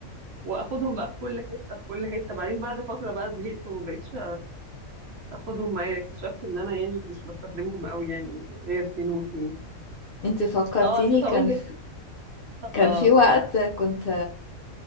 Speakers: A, on the right; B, on the left.
A: واخدهم بقى في كل حته في كل حته بعدين بعد فتره بقى زهقت وما بقتش اخدهم معايا اكتشفت ان انا يعني مش بستخدمهم قوي يعني غير فين وفين
B: انت فكرتيني
A: اه نسيت
B: كان
A: اقول لك
B: في كان
A: اه
B: في وقت كنت